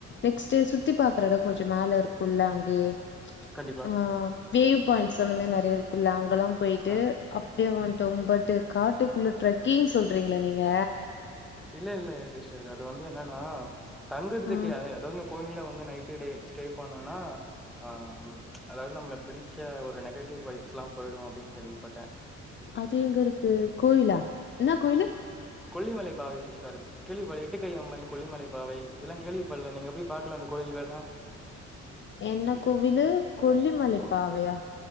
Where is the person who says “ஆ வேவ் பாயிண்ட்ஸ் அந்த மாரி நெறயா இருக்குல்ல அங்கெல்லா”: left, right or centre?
Left